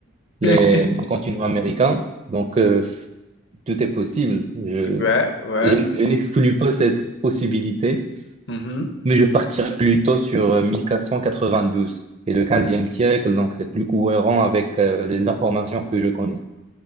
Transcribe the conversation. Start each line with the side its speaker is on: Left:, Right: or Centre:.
Right: les
Left: <laughs>
Right: continents américains. Donc, euh, tout est possible. Je,
Left: Ouais, ouais.
Right: je je n'exclus pas cette possibilité.
Left: Mhm.
Right: Mais je partirais plutôt sur euh, 1492 et le 15 siècle, donc c'est plus cohérent avec euh, les informations que je connais.